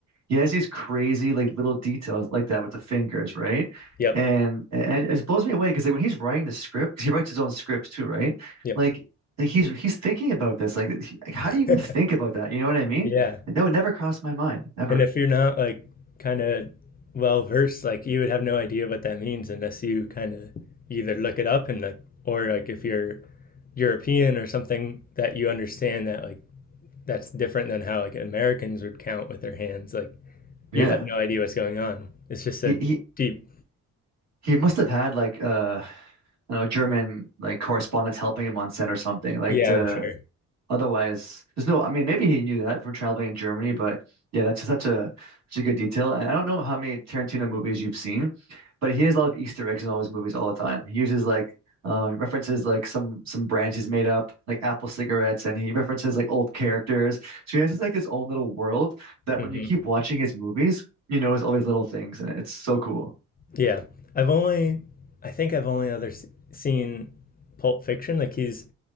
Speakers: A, on the right (about 60°); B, on the left (about 30°).
A: He has these crazy like little details like that with the fingers, right?
B: Yep.
A: And and it blows me away because like when he's writing the script, because he writes his own script too, right?
B: Yep.
A: Like, like he's he's thinking about this. Like, he- like, how
B: <laughs>
A: do you even think about that? You know what I mean?
B: Yeah.
A: Like, that would never cross my mind ever.
B: And if you're not like kind of well versed, like you would have no idea what that means unless you kind of either look it up and like, or like if you're European or something that you understand that like that's different than how like Americans would count with their hands. Like
A: Yeah,
B: you'd have no idea what's going on. It's just so
A: he he
B: deep.
A: he must have had like uh I don't know German like correspondents helping him on set or something like
B: Yeah,
A: to
B: I'm sure.
A: Otherwise, there's no, I mean, maybe he knew that from traveling in Germany, but yeah, that's such a such a good detail. And I don't know how many Tarantino movies you've seen, but he has a lot of Easter eggs in all his movies all the time. He uses like uh, references like some some brands he's made up, like Apple cigarettes, and he references like old characters. So he has this, like his own little world that
B: hmm
A: when you keep watching his movies, you notice all these little things, and it's so cool.
B: Yeah, I've only, I think I've only other s- seen Pulp Fiction. Like he's